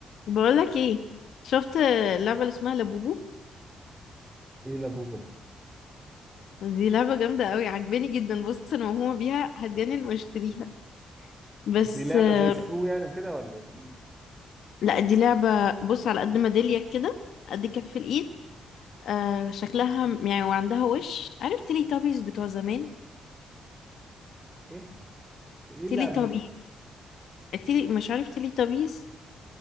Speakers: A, on the left; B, on the right.
A: بقولك ايه شفت اللعبة اللي اسمها لابوبو
B: ايه لابوبو ده
A: دي لعبة جامدة قوي عجباني جدا بص انا موهومة بيها هتجنن واشتريها بس
B: دي لعبة
A: آه،
B: زي سكرو يعني وكده ولا دي
A: لا دي لعبة بص على قد ميدالية كده قد كف الايد آه شكلها م- يعني وعندها وش عارف تيلي تابيز بتوع زمان
B: ايه ايه ايه اللعبة
A: تيلي تابي
B: دي
A: تيلي مش عارف تيلي تابيز